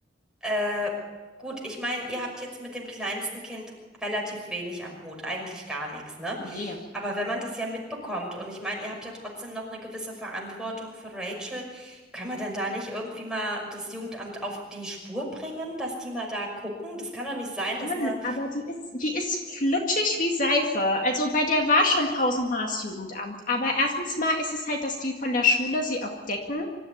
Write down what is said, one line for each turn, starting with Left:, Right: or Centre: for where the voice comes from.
Centre: Äh, gut, ich meine, ihr habt jetzt mit dem kleinsten Kind relativ wenig am Hut, eigentlich gar nichts, ne?
Left: Nee,
Centre: Aber wenn man das ja mitbekommt und ich meine, ihr habt ja trotzdem noch eine gewisse Verantwortung für Rachel, kann man denn da nicht irgendwie mal das Jugendamt auf die Spur bringen, dass die mal da gucken? Das kann doch nicht sein, dass
Left: schon,
Centre: eine
Left: aber die ist die ist flutschig wie Seife. Also, bei der war schon tausendmal das Jugendamt. Aber erstens mal ist es halt, dass die von der Schule sie auch decken.